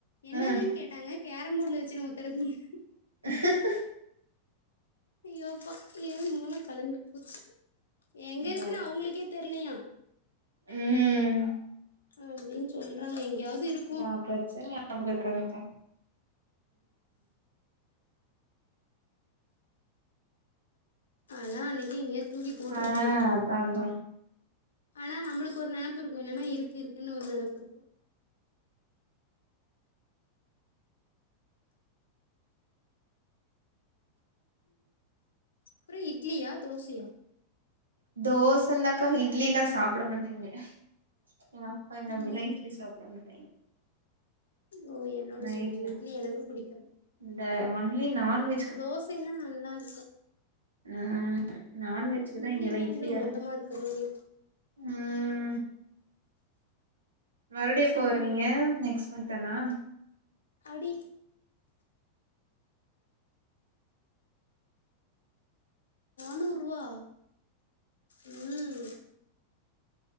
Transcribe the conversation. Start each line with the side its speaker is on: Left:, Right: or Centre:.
Left: என்னதுன்னு
Right: ஆ
Left: கேட்டாங்க கேரம்போர்டுல வச்சு நவுத்துறதுன்னு
Right: <inaudible>
Left: ஐயோப்பா ஏ மூள கலங்கி போச்சு எங்க
Right: இந்தா
Left: இருக்குன்னு அவுங்களுக்கே தெர்லையா
Right: ம்
Left: அப்டின்னு சொல்றாங்க எங்கேயாவது இருக்
Right: நா பட்சன்யா <unintelligible> நியாபகம் இருக்காதுக்கா
Left: ஆனா அன்னைக்கு இங்கயே தூக்கி போட்டிருக்கோங்க
Right: ஆ அதா அதா
Left: ஆனா நம்மளுக்கு ஒரு நெனப்பு இருக்கு என்னன்னா இருக்கு இருக்குன்னு ஒரு நெனப்பு இருக்கு அப்றோ இட்லியா தோசையா
Right: தோசைதாக்கா இட்லினா சாப்பிட மாட்டேங்கே எங்க அப்பா என்ன
Left: ம்
Right: மிட்நைட் இட்லி சாப்பிடுறாங்க
Left: ஓ என்னோட
Right: நைட்ல
Left: சேந்தவங்க இட்லி எனக்கு பிடிக்காது
Right: இந்த ஒன்லி நான்வெஜ்
Left: தோசைன்னா நல்லா இருக்கு
Right: ஆ நான்வெஜ்குதா
Left: இட்லினா
Right: இங்க எல்லா இட்லி
Left: ஏதோ
Right: இரங்
Left: மொத்தமா இருக்க மாரி இருக்கு
Right: ம் மறுபடியு
Left: தோசைனா
Right: எப்போ வருவீங்க நெக்ஸ்ட் மன்த் தானா
Left: அடி நூறுபா ம்